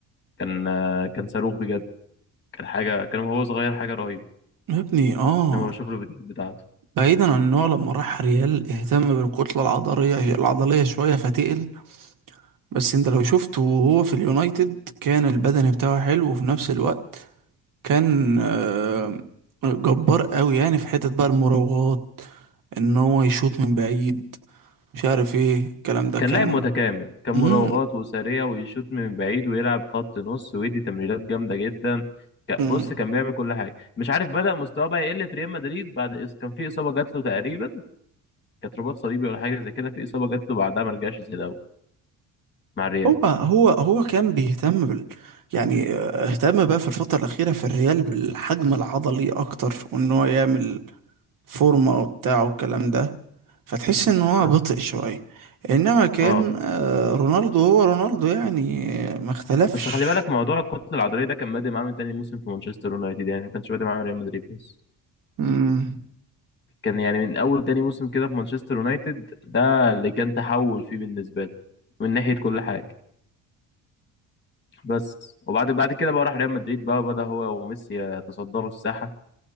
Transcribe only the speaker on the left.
كان آه، كان صاروخ بجد كان حاجة كان وهو صغير حاجة رهيبة
لما بشوف له الفيديوهات بتاعته
كان
لاعب متكامل كان
مراوغات وسريع ويشوط من بعيد ويلعب خط نص ويدي تمريرات جامده جدا ك-
بص كان بيعمل كل حاجه مش عارف بدأ مستواه بقى يقل في ريال مدريد بعد إص- كان في اصابه جات له تقريبا كانت رباط صليبي ولا حاجه زي كده في اصابه جات له بعدها ما رجعش زي الاول مع الريال
بس
اه
بس خلي بالك موضوع الكتله العضليه ده كان بادئ معاه من تاني موسم في مانشستر يونايتد يعني ما كانش بادئ معاه من ريال مدريد بس
كان يعني من اول تاني موسم كده في مانشستر يونايتد ده اللي كان تحول فيه بالنسبه لي من ناحيه كل حاجه بس وبعد بعد كده بقى راح ريال مدريد بقى وبدأ هو وميسي يتصدروا الساحة